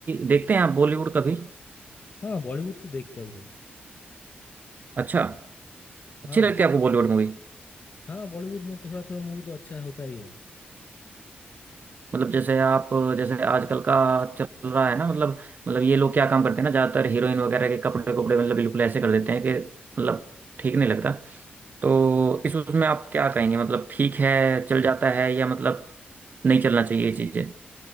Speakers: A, on the right; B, on the left.
A: देखते हैं आप बॉलीवुड कभी
B: हाँ बॉलीवुड तो देखता ही हूँ
A: अच्छा अच्छी
B: हाँ
A: लगती है आपको बॉलीवुड मूवी
B: हाँ बॉलीवुड में थोड़ा थोड़ा मूवी तो अच्छा होता ही है
A: मतलब जैसे आप जैसे आजकल का चल रहा है ना मतलब मतलब ये लोग क्या काम करते हैं ना ज़्यादातर हीरोइन वगैरह के कपड़े कपड़े मतलब बिल्कुल ऐसे कर देते हैं कि मतलब ठीक नहीं लगता तो इस उसमें आप क्या कहेंगे मतलब ठीक है चल जाता है या मतलब नहीं चलना चाहिए ये चीज़ें